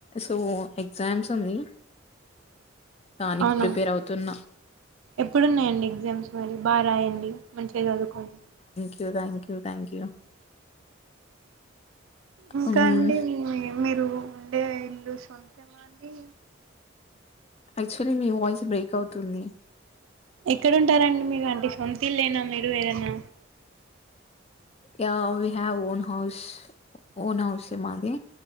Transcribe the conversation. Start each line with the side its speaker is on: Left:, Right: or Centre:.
Left: సో ఎగ్జామ్స్ ఉంది దనికి
Right: అవునా
Left: ప్రిపేర్ అవుతున్నా
Right: ఎప్పుడున్నాయండి ఎగ్జామ్స్ మరి బాగా రాయండి మంచిగా చదువుకోండి
Left: ూ థ్యాంక్ యూ థ్యాంక్ యూ
Right: ఇంకా
Left: హ్మ్.
Right: అండి మీరు ఉండే ఇల్లు సొంతేమాండి
Left: యాక్చువలీ మీ వాయిస్ బ్రేక్ అవుతుంది
Right: ఎక్కడుంటారండి మీరు అంటే సొంతి లేనా మీరు ఏదన్నా
Left: యావి హ ఓన్ హౌసే ఓన్ హౌసే మాది